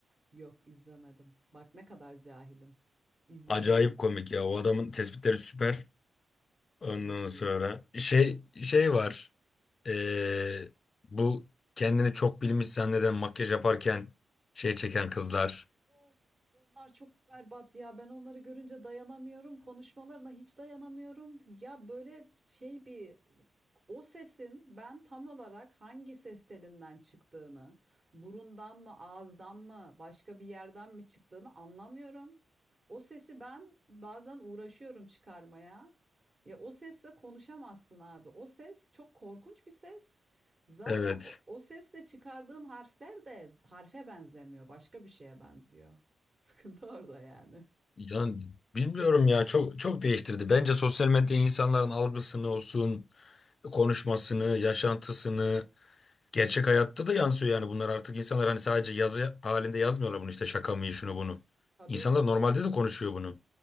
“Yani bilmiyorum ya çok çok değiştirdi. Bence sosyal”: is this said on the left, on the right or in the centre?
Left